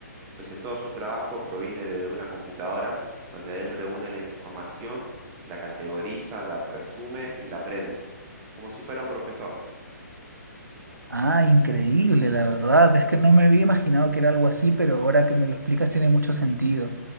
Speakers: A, on the right; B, on the right.
A: Entonces todo su trabajo proviene desde una computadora donde él reúne la información, la categoriza, la resume y la aprende, como si fuera un profesor.
B: Ah, increíble, la verdad. Es que no me había imaginado que era algo así, pero ahora que me lo explicas tiene mucho sentido.